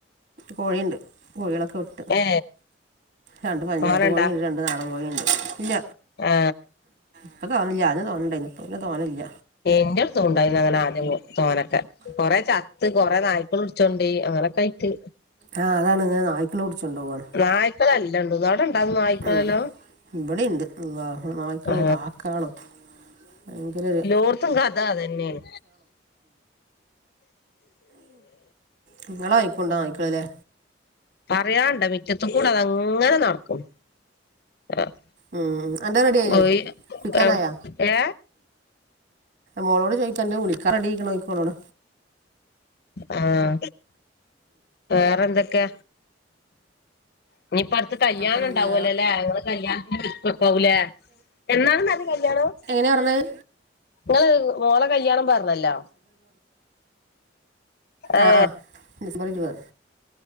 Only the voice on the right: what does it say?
കോഴിയ്ണ്ട് കോഴികളൊക്കെ വിട്ട്
രണ്ട് പഞ്ചായത്ത്
കോഴി ണ്ട് രണ്ട് നാടൻ കോഴി ണ്ട് ഇല്ല
ഇപ്പ തോനല്ല ആദ്യം തോന്നണ്ടാനി ഇപ്പ പിന്നെ തോനല്ല
ആഹ് അതാണ് ഇതിനെ നായ്ക്കൾ പിടിച്ചൊണ്ടു പോകാണ്
ഉം ഇബടിണ്ട് അള്ളാ നായ്ക്കളും
കാക്കളും ഭയങ്കര ഒര്
നിങ്ങളെ വയിക്കുണ്ട് നായിക്കൾ ല്ലേ
ഉം അന്റെ റെഡി ആയില്ലേ വിളിക്കാനായാ
മോളോട് ചോയിക്ക എന്റെ ഉളിക്കാൻ റെഡിക്കണോയിക്കോളോട്
കുഴപ്പൊന്നുമില്ല
എങ്ങനെയാ പറഞ്ഞത്
ആഹ് ആഹ് ഡിസംബർ ഇരുവ്